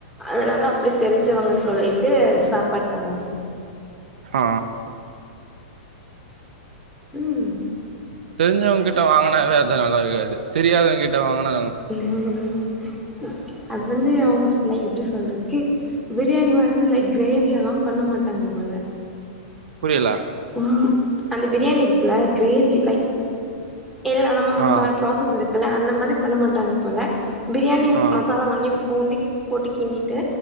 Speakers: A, in the centre; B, on the right.
A: அதனால அப்டி தெரிஞ்சவங்கன்னு சொல்லிட்டு சாப்பாடு தருவாங்க
B: ஆ
A: ம்
B: தெரிஞ்சவங்க கிட்ட வாங்கினாவே அது நல்லா இருக்காது தெரியாதவங்க கிட்ட வாங்கினா
A: <unintelligible> அது வந்து அவுங்க ஸ்லை எப்டி சொல்றதுக்கு பிரியாணி வந்து லைக் கிரேவி எல்லாம் பண்ண மாட்டாங்க போல
B: புரில
A: சா அந்த பிரியாணி இருக்கல்ல கிரேவி லைக் எல்லா நம்
B: ஆ
A: ப்ராசஸ் இருக்கல்ல அந்த மாதிரி பண்ண மாட்டாங்க போல பிரியாணி
B: ஆ
A: மசாலா வாங்கி பூண்டு போட்டு கிண்டிட்டு